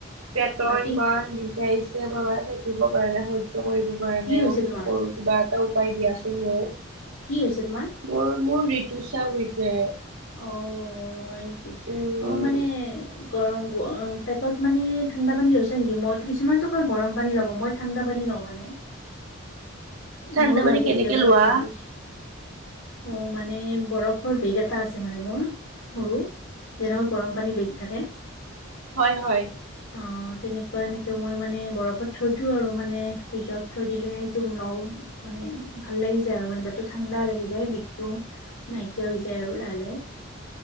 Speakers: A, on the right (about 85°); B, on the left (about 85°).
A: পেটৰ
B: বাকী
A: ইমান বিখায়চে বাবা দিব পৰা নাই <unintelligible> কৰিব পৰা নাই
B: হৈছে
A: ও
B: তোমাৰ
A: কি কৰো কিবা এটা উপায় দিয়াচোন মোক।
B: কি হৈছে তোমাৰ?
A: মোৰ মোৰ ঋতুস্ৰাৱ হৈছে।
B: অও হয় নেকি
A: উম
B: অ' মানে গৰম পেটত মানে ঠাণ্ডা পানী লৈছা নেকি মইতো কিছুমানেটো কই গৰম পানী লব' মই ঠাণ্ডা পানী লও মানে
A: ঠাণ্ডা
B: মোৰো হয়
A: পানী
B: কেতিয়াবা
A: কেনেকে লোৱা
B: পেটৰ বিষ। অ' মানে বৰফৰ বেগ এটা আছে। মানে মোৰ সৰু যেনেকৈ গৰম পানীৰ বেগ থাকে।
A: হয় হয়।
B: অ' তেনেকুৱা এনেকে মই মানে বৰফত থৈ দিওঁ আৰু মানে ফ্ৰিজত থৈ দিলে সেই তোক মানে ভাল লাগি যায় আৰু পেট টু ঠাণ্ডা লাগি যায় বিষতটো নাইকিয়া হৈ যায় আৰু ভালে